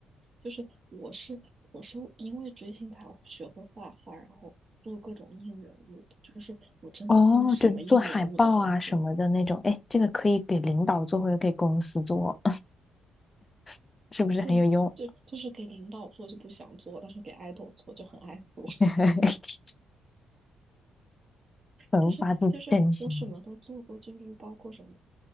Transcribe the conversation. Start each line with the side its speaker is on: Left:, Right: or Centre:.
Right: 就是我是我是因为追星才学会画画，然后做各种应援物的，就是我真的现在什么应援物都会做。
Left: 哦，就做海报啊什么的那种，哎，这个可以给领导做或者给公司做，<laughs> 是不是很有用？
Right: 对，就就是给领导做就不想做，但是给爱豆做就很爱做，<laughs>
Left: <laughs> 无法自真心，
Right: 就是就是我什么都做过，就是包括什么